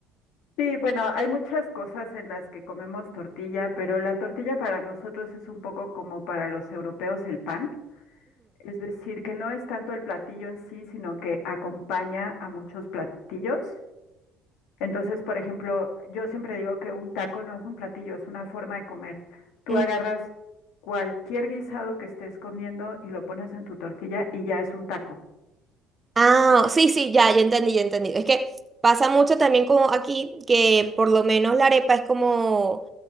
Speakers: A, on the left (about 75°); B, on the right (about 25°).
A: Sí, bueno, hay muchas cosas en las que comemos tortilla, pero la tortilla para nosotros es un poco como para los europeos el pan, es decir, que no es tanto el platillo en sí, sino que acompaña a muchos platillos. Entonces, por ejemplo, yo siempre digo que un taco no es un platillo, es una forma de comer. Tú
B: Ujú,
A: agarras cualquier guisado que estés comiendo y lo pones en tu tortilla y ya es un taco.
B: Ah, sí, sí, ya, ya entendí, ya entendí. Es que pasa mucho también como aquí, que por lo menos la arepa es como